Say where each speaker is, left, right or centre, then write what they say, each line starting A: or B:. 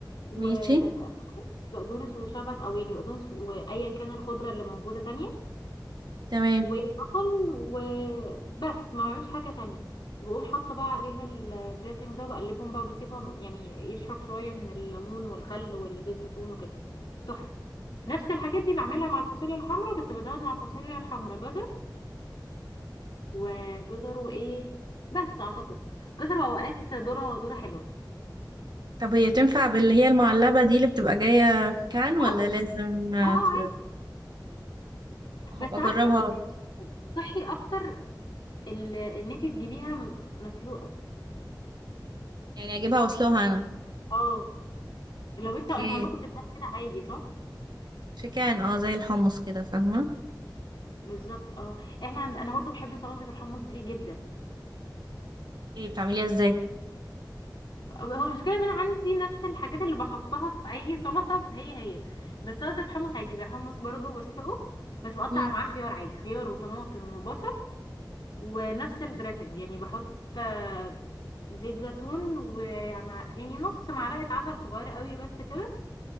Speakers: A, on the left; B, on the right.
A: وبقدونس
B: ماشي
A: وشبت او يعني بقدونس وايا كان الخضرة اللي موجودة تانية
B: تمام
A: وبصل وبس ما بعملش حاجة تانية بقوم حاطة بقى عليها الدريسنج ده بقلبهم بقى وبسيبهم يعني يشرب شوية من الليمون والخل والزيت زيتون وكده تحفة نفس الحاجات دي بعملها مع الفاصوليا الحمراء بس بزود مع الفاصوليا الحمراء جزر وجزر وايه بس اعتقد جزر واوقات ذرة ذرة حلوة
B: طب هي تنفع باللي هي المعلبة دي اللي بتبقى جاية في كان ولا
A: اه
B: لازم آه،
A: اه اه
B: ت-
A: عادي
B: هبقى
A: بس عارفة
B: اجربها
A: صحي اكتر ال- ان انتي تجيبيها م- مسلوقة
B: يعني اجيبها واسلقها انا
A: اه لو
B: اوكي
A: انتوا انتوا عندكم بتتباع كده عادي صح؟
B: في كان اه زي الحمص كده فاهمة
A: بالظبط اه احنا عند... انا برضو بحب سلطة الحمص دي جدا
B: ايه بتعمليها ازاي
A: هو المشكلة ان انا عندي نفس الحاجات اللي بحطها في اي سلطة هي هي بس سلطة الحمص عادي بحمص برضو بسلقه بس بقطع
B: مم.
A: معاه خيار عادي خيار وطماطم وبصل ونفس الدريسنج يعني بحط آه، زيت زيتون ومع يعني نص معلقة عسل صغيرة قوي بس كده